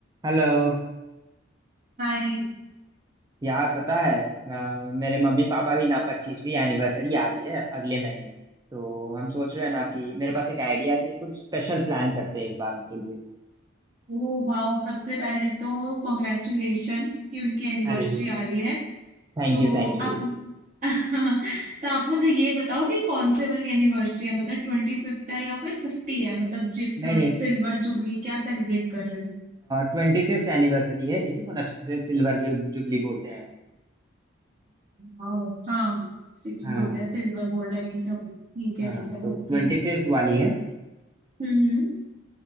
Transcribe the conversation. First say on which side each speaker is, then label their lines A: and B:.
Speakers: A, on the right; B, on the right.
A: Hello
B: हाय
A: यार पता है अ, मेरे मम्मी पापा की ना पच्चीसवीं एनिवर्सरी आ रही है अगले महीने तो हम सोच रहे हैं ना कि मेरे पास एक आइडिया है कि कुछ स्पेशल प्लान करते हैं इस बार उनके लिए
B: Oh wow सबसे पहले तो कॉन्ग्रेचुलेशंस कि उनकी एनिवर्सरी
A: अरे
B: आ रही है
A: थैंक
B: तो
A: यू थैंक यू
B: आप <laughs> तो आप मुझे ये बताओ कि कौन से वाली एनिवर्सरी है मतलब ट्वेंटी फिफ्थ है या फिर फिफ्टी है मतलब जिल,
A: नहीं नहीं
B: सिल्वर जुबली क्या सेलिब्रेट कर रहे हो
A: ट्वेंटी फिफ्थ एनिवर्सरी है इसी को ना सिल्वर जुबली बोलते हैं
B: वाओ हाँ सिख
A: हाँ
B: बोलते हैं सिल्वर गोल्ड है ये सब ठीक है
A: हाँ
B: ठीक है
A: तो
B: ओके
A: ट्वेंटी फिफ्थ वाली
B: तो
A: है
B: हम्म हम्म,